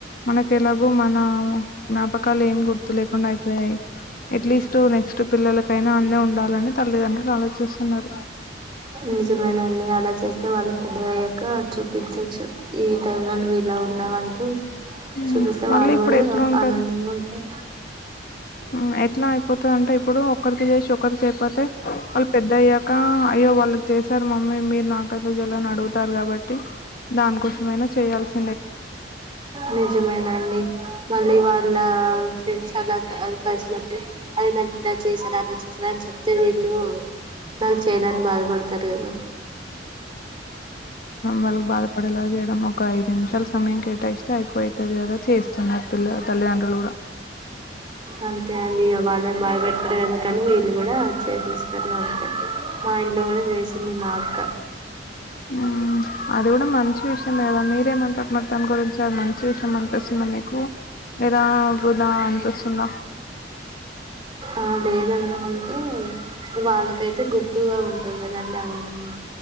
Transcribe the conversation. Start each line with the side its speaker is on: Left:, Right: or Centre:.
Left: మనకు ఎలాగో మన జ్ఞాపకాలు ఏం గుర్తు లేకుండా అయిపోయాయి ఎట్లీస్ట్ నెక్స్ట్ పిల్లల కైన అన్ని ఉండాలని తల్లిదండ్రులు ఆలోచిస్తున్నారు
Right: నిజమేనండి అలా చేస్త అ వాళ్ళు పెద్ద అయ్యాక చూపించచ్చు ఈ టై లో నువ్వు ఇలా ఉన్నావంటూ
Left: ఉమ్,
Right: చూపిస్తే
Left: మళ్ళీ
Right: వాళ్ళు
Left: ఇప్పుడు
Right: కూడా
Left: ఎట్లా ఉంటది
Right: ఆనందంగా ఉంటారు
Left: ఉమ్ ఎట్లా అయిపోతుంది అంటే ఇప్పుడు ఒకరికి చేసి ఒకరికియిపోతే వాళ్ళు పెద్ద అయ్యాక అయ్యో వాళ్ళకి చేశారు మమ్మీ మీరు నాకెందుకు చేయలేదు అని అడుగుతారు కాబట్టి దానికోసంమైనా చేయాల్సి
Right: నిజమేనండి మళ్ళీ వాళ్ళ ఫ్రెండ్స్ అలా కనిసినప్పుడు అదిే నాకు ఇలా చేసారు అలా చేసారా అని చెప్తే వీళ్ళు నాకు చేయాలే అని బాధపడతారు కదా
Left: వళ్ల బాధ పడేలా మనం ఒక ఐదు నిమిషాల సమయం కేటాయిస్తే అయిపోయితది కదా చేస్తున్నారు పిల్ల తల్లిదండ్రులు కూడా
Right: అంతే అండి వాళ్ళని బాధ పెట్టుడు ఎందుకని వీళ్ళు కూడా చేసేస్తారు అంతే మా ఇంట్లో కూడా చేసింది మా అక్క
Left: ఉమ్ అది కూడా మంచి విషయం కదా మీరేమంటారు మా దాని గురించి <unintelligible> మంచి విషయం అనిపిస్తుందా మీకు ఏదా <unintelligible> దా అనిపిస్తోది నాకు
Right: ఆ లేదుండి అంటే వాళ్ళకైతే గుర్తుగా ఉంటాయి కదండి అవన్నీ